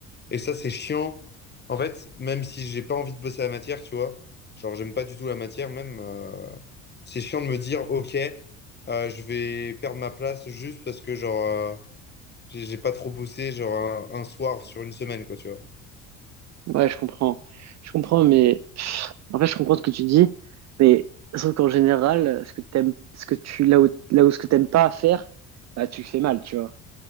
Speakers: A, on the left (about 25°); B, on the right (about 40°).
A: Et ça, c'est chiant. En fait, même si j'ai pas envie de bosser la matière, tu vois, genre, j'aime pas du tout la matière, même, euh, c'est chiant de me dire, OK, euh, je vais perdre ma place juste parce que, genre, euh, j'ai j'ai pas trop bossé, genre, un, un soir sur une semaine, quoi, tu vois.
B: Ouais, je comprends. Je comprends, mais pff, en fait, je comprends ce que tu dis. Mais sauf qu'en général, ce que t'aimes, ce que tu, là où, là où ce que t'aimes pas à faire, bah, tu le fais mal, tu vois.